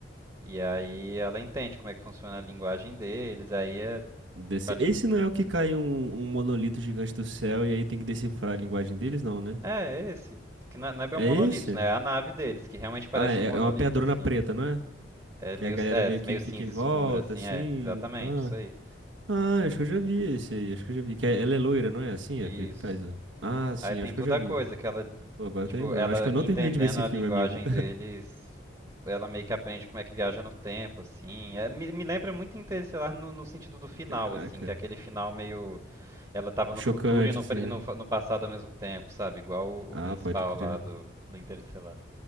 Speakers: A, on the right (about 25°); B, on the right (about 80°).
A: E aí ela entende como é que funciona a linguagem deles, aí é
B: Desse...
A: tipo a li-
B: Esse não é o que cai um, um monolito gigante do céu e aí tem que decifrar a linguagem deles, não, né?
A: é, é esse. Que na- não é bem
B: É
A: um monolito,
B: esse?
A: né? É a nave deles, que realmente parece
B: Ah, é,
A: um monolito,
B: é uma pedrona
A: assim.
B: preta, não é?
A: É meio,
B: Que a galera
A: é,
B: meio que
A: meio
B: fica
A: cinza
B: em volta,
A: escura, assim,
B: assim.
A: é, exatamente,
B: Ah,
A: isso aí.
B: ah, acho que eu já vi esse aí, acho que eu já vi. Que é- ela é loira, não é? Assim,
A: Isso.
B: é que, que faz. o- Ah, sim,
A: Aí tem
B: acho
A: toda
B: que eu já vi.
A: a coisa que ela,
B: Pô, agora
A: tipo,
B: eu tô lembrando.
A: ela
B: Acho que eu não
A: entendendo
B: terminei de ver esse
A: a
B: filme,
A: linguagem
B: amigo.
A: deles, ela meio que aprende como é que viaja no tempo, assim. É, me, me lembra muito Interestelar no, no sentido do final,
B: <laughs> Caraca.
A: assim, que é aquele final meio. Ela tava no
B: Chocante,
A: futuro e no,
B: assim,
A: pre- e
B: né?
A: no, fa- no passado ao mesmo tempo, sabe? Igual o,
B: Ah,
A: o principal
B: pode crer.
A: lá do, do Interestelar.